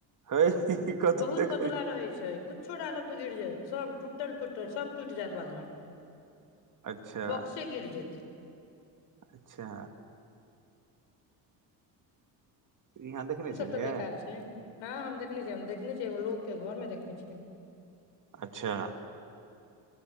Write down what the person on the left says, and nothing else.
बहुत
पतला रहै छै कु्छो डालब तऽ गिर जायत सब टूट त सभ टुटि जायत बादमे
बक्से गिर जेत
ओ
सब तऽ बेकार छै हँ हम देखने छियै हम देखने छियै एगो लोक के घर मे देख बुझियऔ